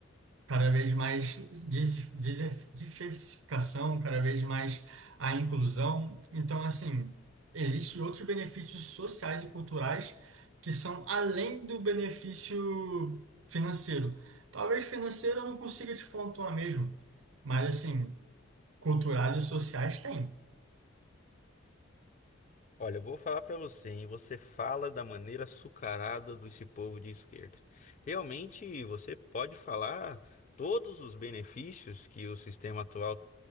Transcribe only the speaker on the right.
Cada vez mais dis- dis- diversificação, cada vez mais a inclusão. Então, assim, existem outros benefícios sociais e culturais que são além do benefício financeiro. Talvez financeiro eu não consiga te pontuar mesmo, mas, assim, culturais e sociais tem.